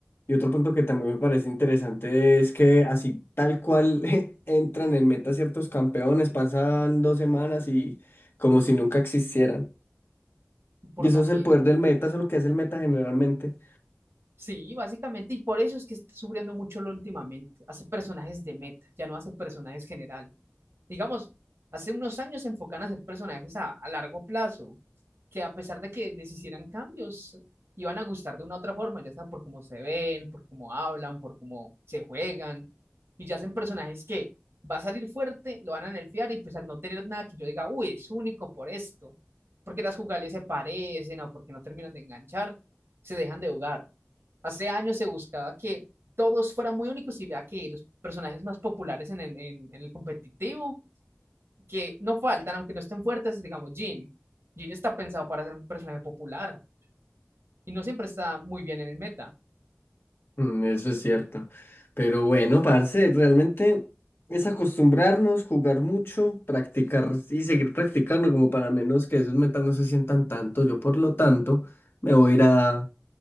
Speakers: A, on the left; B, on the right.
A: y otro punto que también me parece interesante es que así tal cual <laughs> entran en meta ciertos campeones, pasan dos semanas y como si nunca existieran.
B: por
A: Y eso
B: lo
A: es
B: mismo.
A: el poder del meta, eso es lo que hace el meta generalmente.
B: Sí, básicamente, y por eso es que está sufriendo mucho lo últimamente. Hace personajes de meta, ya no hace personajes generales. digamos, hace unos años se enfocan a hacer personajes a, a largo plazo, que a pesar de que les hicieran cambios, iban a gustar de una u otra forma, ya sea por cómo se ven, por cómo hablan, por cómo se juegan, y ya hacen personajes que va a salir fuerte, lo van a nerfear y pues al no tener nada que yo diga, uy, es único por esto, porque las jugales se parecen o porque no terminan de enganchar, se dejan de jugar. Hace años se buscaba que todos fueran muy únicos y vea que los personajes más populares en, en en en el competitivo que no faltan, aunque no estén fuertes, digamos, Jin. Jin está pensado para ser un personaje popular y no siempre está muy bien en el meta.
A: Mm, Eso es cierto. Pero bueno, parce, realmente es acostumbrarnos, jugar mucho, practicar y seguir practicando como para menos que esos metas no se sientan tanto. Yo, por lo tanto, me voy a ir a,